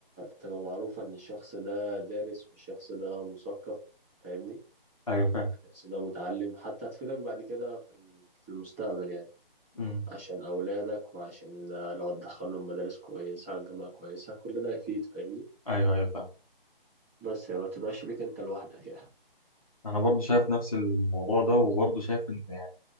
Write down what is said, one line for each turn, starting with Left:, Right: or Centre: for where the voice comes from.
Centre: تبقى معروفة ان الشخص ده دارس والشخص ده مثقف فاهمني
Left: ايوه فاهم
Centre: بس لو متعلم حتى هتفيدك بعد كده في ال- في المستقبل يعني
Left: امم
Centre: عشان أولادك وعشان آه، لو هتدخلهم مدارس كويسة جامعة كويسة كل ده هيفيد فاهمني
Left: ايوه ايوه فاهم
Centre: بس يعني ما تبقاش ليك أنت لوحدك يعني
Left: انا برضو شايف نفس الموضوع ده وبرضو شايف ان يعني